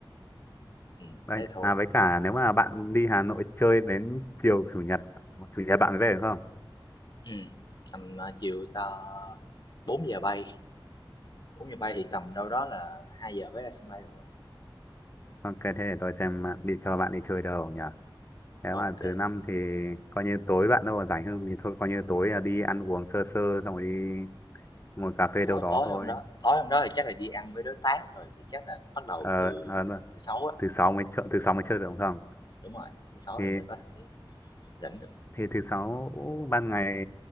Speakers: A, on the left (about 55°); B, on the left (about 25°).
A: ừ,
B: đấy
A: thế thôi
B: à với cả nếu mà bạn đi Hà Nội chơi đến chiều chủ nhật chủ nhật bạn về được không
A: ừ. tầm ờ, chiều ta 4 giờ bay 4 giờ bay thì tầm đâu đó là 2 giờ mới ra sân bay rồi
B: ok thế để tôi xem bạn đi cho bạn đi chơi đâu nhỉ Thế
A: ok
B: mà thứ năm thì coi như tối bạn đâu mà rảnh hơn thì thôi coi như tối là đi ăn uống sơ sơ xong rồi đi ngồi cà phê
A: Tối
B: đâu đó
A: tối
B: thôi.
A: hôm đó tối hôm đó thì chắc là đi ăn với đối tác rồi, thì chắc là bắt đầu
B: Ờ,
A: từ
B: ờ, đúng rồi.
A: thứ Sáu á,
B: thứ sáu mới chơi, thứ sáu mới chơi được không? Không?
A: đúng rồi, thứ Sáu
B: Thì
A: thì mới có thể rảnh được.
B: thì thứ sáu ban ngày